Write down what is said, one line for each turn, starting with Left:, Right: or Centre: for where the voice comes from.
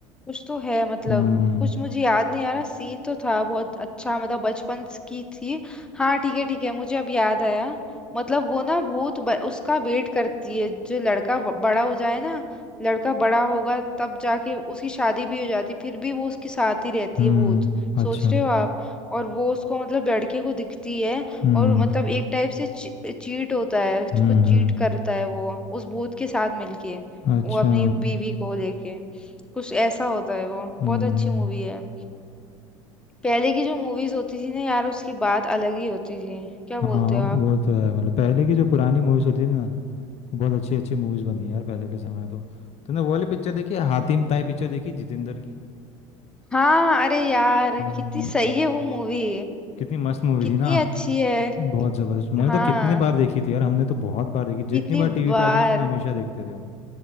Centre: कुछ तो है मतलब
Left: हम्म
Centre: कुछ मुझे याद नहीं आ रहा सीन तो था बहुत अच्छा मतलब बचपन स- की थी हाँ ठीक है ठीक है मुझे अब याद आया मतलब वो ना भूत ब, उसका वेट करती है जो लड़का ब- बड़ा हो जाए ना लड़का बड़ा होगा तब जाके उसकी शादी भी हो जाती फिर भी वो उसके साथ ही रहती
Left: हम्म
Centre: है भूत
Left: अच्छा
Centre: सोच रहे हो आप और वो उसको मतलब लड़के को दिखती है
Left: हम्म
Centre: और मतलब एक टाइप से चीट होता है उसको
Left: हम्म
Centre: चीट करता है वो उस भूत के साथ मिलके
Left: अच्छा
Centre: वो अपनी बीवी को लेके कुछ ऐसा होता है वो
Left: हम्म
Centre: बहुत अच्छी मूवी है पहले की जो मूवीज होती थी ना यार उसकी बात अलग ही होती थी क्या
Left: हाँ
Centre: बोलते हो
Left: वो
Centre: आप
Left: तो है मतलब पहले की जो पुरानी मूवीज होती थी ना वो बहुत अच्छी अच्छी मूवीज बनी है यार पहले के समय तो तूने वो वाली पिक्चर देखी है हातिम ताई पिक्चर देखी जितेंद्र की
Centre: हाँ अरे यार
Left: हम्म
Centre: कितनी सही है वो मूवी
Left: कितनी मस्त मूवी
Centre: कितनी
Left: थी ना
Centre: अच्छी है
Left: बहुत जबरदस्त मैंने
Centre: हाँ
Left: तो कितनी बार देखी थी यार हमने तो बहुत बार देखी
Centre: कितनी
Left: जितनी बार टीवी
Centre: बार
Left: पे आती थी ना हमेशा देखते थे हम